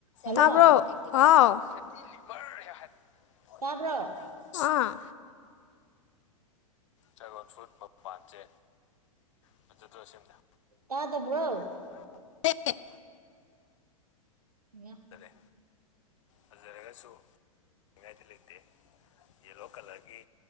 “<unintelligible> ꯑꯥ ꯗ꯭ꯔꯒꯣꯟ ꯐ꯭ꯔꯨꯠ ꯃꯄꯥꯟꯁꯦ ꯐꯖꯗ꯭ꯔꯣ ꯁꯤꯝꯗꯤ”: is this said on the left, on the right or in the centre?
Left